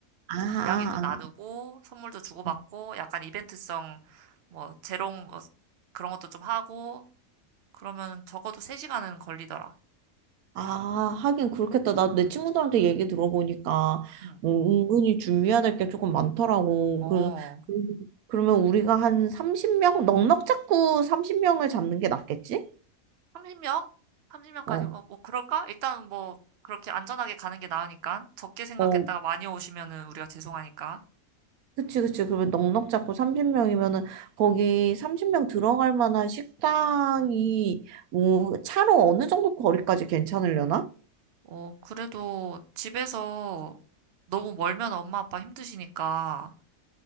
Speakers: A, on the right; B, on the right.
A: 아,
B: 좀
A: 아,
B: 이야기도 나누고 선물도 주고받고
A: 아. 어.
B: 약간 이벤트성 뭐 재롱 뭐 그런 것도 좀 하고 그러면 적어도 3시간은 걸리더라.
A: 아, 하긴 그렇겠다. 나도 내 친구들한테 얘기 들어보니까
B: 응.
A: 뭐 은근히 준비해야 될 게 조금 많더라고.
B: 어.
A: 그래서 그- 그러면 우리가 한 30명 넉넉 잡고 30명을 잡는 게 낫겠지?
B: 30명? 30명까지
A: 어.
B: 어, 뭐 그럴까? 일단 뭐 그렇게 안전하게 가는 게 나으니까 적게 생각했다가
A: 어.
B: 많이 오시면은 우리가 죄송하니까.
A: 그치, 그치. 그러면 넉넉 잡고 30명이면은 거기 30명 들어갈 만한 식당이 뭐 차로 어느 정도 거리까지 괜찮으려나?
B: 어, 그래도 집에서 너무 멀면 엄마 아빠 힘드시니까